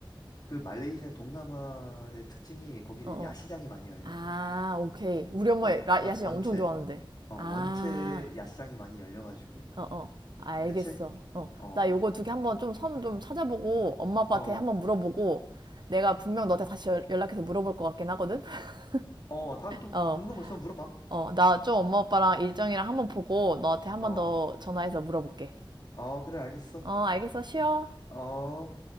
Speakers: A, on the left (about 50°); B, on the right (about 55°).
A: 말레이시아 동남아의 특징이 거기는
B: 어, 어.
A: 이제 야시장이 많이 열려
B: 아, 오케이. 우리 엄마
A: 원,
B: 라-
A: 원
B: 야시장
A: 원체
B: 엄청 좋아하는데.
A: 어
B: 아.
A: 원체 야시장이 많이 열려가지고
B: 어, 어. 알겠어.
A: 그치
B: 어.
A: 어
B: 나 요거 두개 한번 좀 섬 좀 찾아보고 엄마 아빠한테
A: 어
B: 한번 물어보고 내가 분명 너한테 다시 연- 연락해서 물어볼 것 같긴 하거든. <laughs>
A: 어 다음에 또
B: 어.
A: 궁금한 거 있으면 물어봐
B: 어. 나 좀 엄마 아빠랑 일정이랑 한번 보고 너한테 한번
A: 어
B: 더 전화해서 물어볼게.
A: 어 그래 알겠어
B: 어, 알겠어. 쉬어.
A: 어